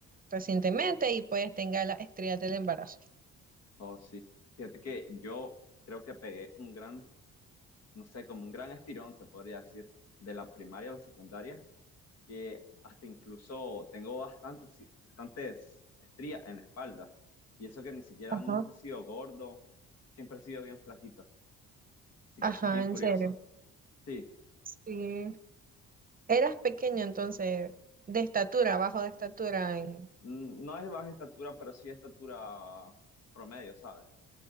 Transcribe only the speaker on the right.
recientemente y pues tenga las estrías del embarazo.
Ajá.
Ajá,
en
serio.
Sí. Eras pequeño entonces, de estatura, bajo de estatura en...